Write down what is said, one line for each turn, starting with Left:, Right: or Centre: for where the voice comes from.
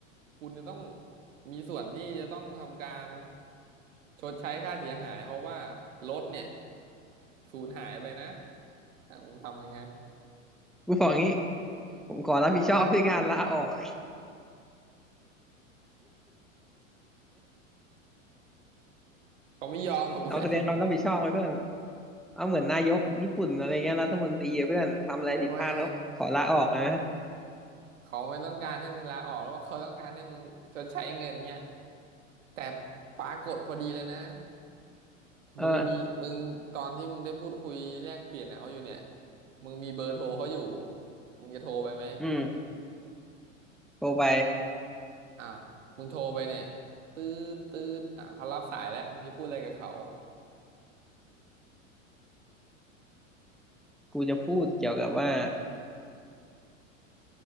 Right: คุณจะต้องมีส่วนที่จะต้องทำการชดใช้ค่าเสียหายเพราะว่ารถเนี่ยสูญหายไปนะอ่ะผมทำยังไง
Centre: กูบอกงี้ผมขอรับผิดชอบด้วยการลาออก
Right: เขาไม่ยอมหรอกเพื่อน
Centre: <laughs> เอาแสดงความรับผิดชอบไว้เพื่อนเอาเหมือนนายกญี่ปุ่นอะไรเงี้ยรัฐมนตรีอะเพื่อนทำอะไรผิดพลาดแล้วขอลาออกนะ
Right: โอ้ยเขาไม่ต้องการให้มึงลาออกแล้วเขาต้องการให้มึงชดใช้เงินเนี่ยแต่ปรากฏพอดีเลยนะ
Centre: เออ
Right: มึงมีมึงตอนที่มึงได้พูดคุยแลกเปลี่ยนกับเขาอยู่เนี่ยมึงมีเบอร์โทรเขาอยู่มึงจะโทรไปไหม
Centre: อืม โทรไป
Right: อ่ะมึงโทรไปเนี่ยตืดตืดอ่ะเขารับสายแล้วมึงจะพูดอะไรกับเขา
Centre: กูจะพูดเกี่ยวกับว่า